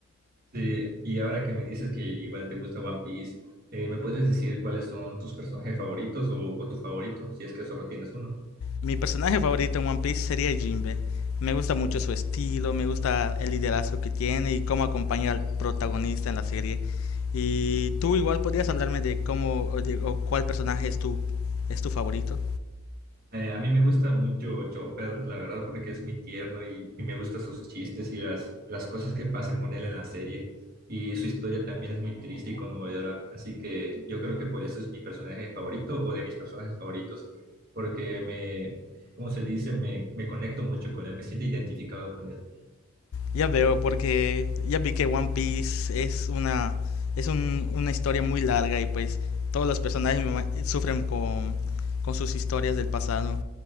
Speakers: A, on the right (about 45°); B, on the left (about 70°).
A: Sí, y ahora que me dices que igual te gusta One Piece, eh, ¿me puedes decir cuáles son tus personajes favoritos o, o tu favorito, si es que solo tienes uno?
B: Mi personaje favorito en One Piece sería Jinbe. Me gusta mucho su estilo, me gusta el liderazgo que tiene y cómo acompaña al protagonista en la serie. Y tú igual podrías hablarme de cómo o, de- o cuál personaje es tu, es tu favorito.
A: Eh, a mí me gusta mucho Chopper, la verdad, porque es muy tierno y, y me gustan sus chistes y las, las cosas que pasan con él en la serie. Y su historia también es muy triste y conmovedora. Así que yo creo que por eso es mi personaje favorito o de mis personajes favoritos, porque me, como se dice? Me, me conecto mucho con él, me siento identificado con él.
B: Ya veo, porque ya vi que One Piece es una, es un- una historia muy larga y pues todos los personajes me ima- sufren con, con sus historias del pasado.